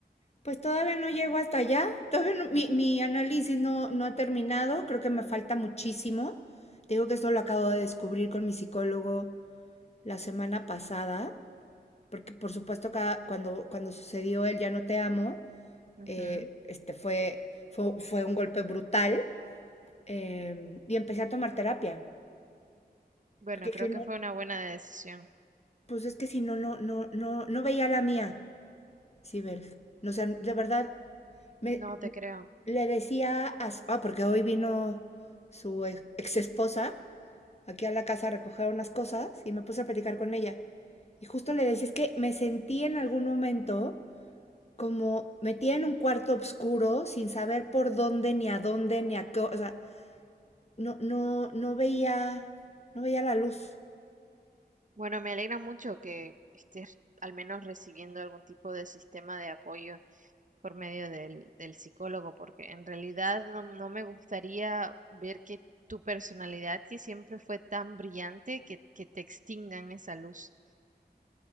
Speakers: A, on the left; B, on the right.
A: Pues todavía no llego hasta allá. Todavía no- mi, mi análisis no, no ha terminado. Creo que me falta muchísimo. Te digo que esto lo acabo de descubrir con mi psicólogo la semana pasada. Porque, por supuesto, cada- cuando, cuando sucedió el Ya no te amo,
B: Ujú.
A: eh, este fue, fue, fue un golpe brutal. eh, y empecé a tomar terapia.
B: Bueno,
A: Porque
B: creo
A: que
B: que
A: no,
B: fue una buena decisión.
A: pues es que si no, no, no, no, no veía la mía. Sí, Bel. O sea, de verdad, me,
B: No te creo.
A: le decía a... su- Ah, porque hoy vino su ex, esposa aquí a la casa a recoger unas cosas y me puse a platicar con ella. Y justo le decía, es que me sentí en algún momento como metida en un cuarto oscuro sin saber por dónde, ni a dónde, ni a qué... O sea, no, no, no veía, no veía la luz.
B: Bueno, me alegra mucho que estés al menos recibiendo algún tipo de sistema de apoyo. por medio del, del psicólogo, porque en realidad no, no me gustaría ver que tu personalidad, que siempre fue tan brillante, que, que te extingan esa luz.